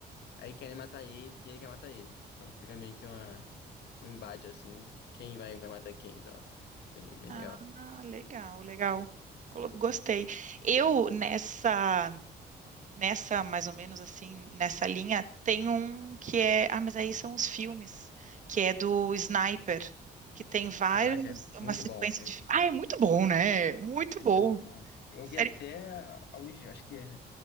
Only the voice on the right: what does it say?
Ah,
legal, legal. Colo- Gostei. Eu, nessa, nessa, mais ou menos assim, nessa linha, tem um que é. Ah, mas aí são os filmes, que é do Sniper, que tem vários,
uma
sequência
de filmes. Ah, é muito bom, né? Muito
bom.
Sério.